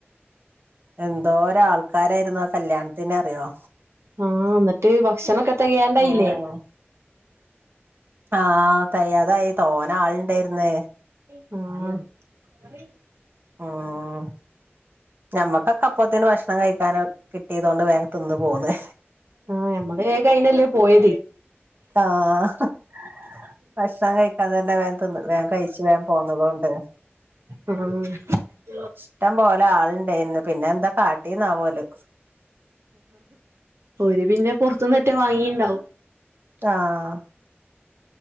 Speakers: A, on the right; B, on the right.
A: എന്തോര ആൾക്കാരായിരുന്ന് ആ കല്യാണത്തിന് അറിയോ
B: ആ എന്നിട്ട് ഭക്ഷണമൊക്കെ തികയാണ്ട് ആയില്ലേ
A: ഉം ആഹ് തികയാതായി തോന ആള് ഇണ്ടായിരുന്നു
B: ആ
A: ഉം ഞമ്മക്കൊക്കെ അപ്പത്തേന് ഭക്ഷണം കഴി കക്കാന കിട്ടിയതുണ്ട്വ വേഗം തിന്ന് പോന്ന്
B: ആഹ നമ്മള് വേഗം അയിനല്ലേ പോയത്
A: ആഹ ഭക്ഷണം കഴിക്കാൻ തന്നെ വേൻ തിന്നു വേൻ കഴിച്ചു വേൻ പോന്നത ട്ട <unintelligible>
B: ഉം ഹ്
A: ഇഷ്ടം പോലെ ആളണ്ടന്ന് പിന്നെ എന്താ കാട്ടീന്നാവം ഓല്
B: ര് പിന്നെ പൊറത്തുന്ന് ഒറ്റാ വാങ്ങിണ്ടാവും
A: ആഹ